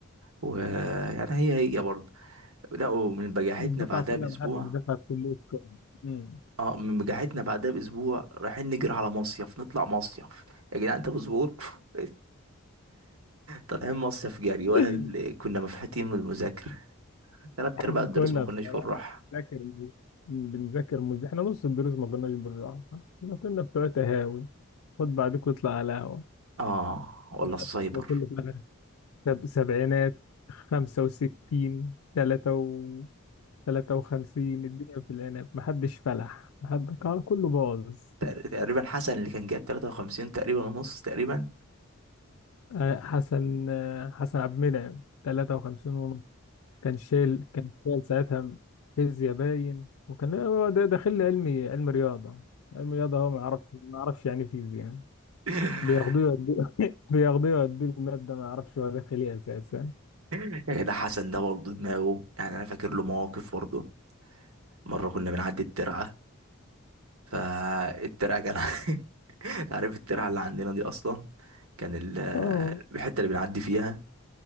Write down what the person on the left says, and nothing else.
الدفعة
كلها
محدش دفع كله امم
<laughs>
احنا
كنا
بصراحة
بنذاكر بنذاكر مز... احنا نص الدروس ما كناش بنروح احنا كنا بتوع تهاوي خد بعدك واطلع على قهوة
لحد
ما كله في الآخر سب... سبعينات خمسة وستين تلاتة و تلاتة وخمسين الدنيا في العنب محدش فلح محد آه، كله باظ
آه، حسن آه، حسن عبد المنعم 53 ونص كان شايل كان شايل ساعتها فيزياء باين وكان هو ده داخل لي علمي علم رياضة علم رياضة هو ما يعرف ما يعرفش يعني فيزياء يعني
بياخدوه يودوه <laughs> بياخدوه يودوه المادة ما يعرفش هو داخل ايه أساسا
اه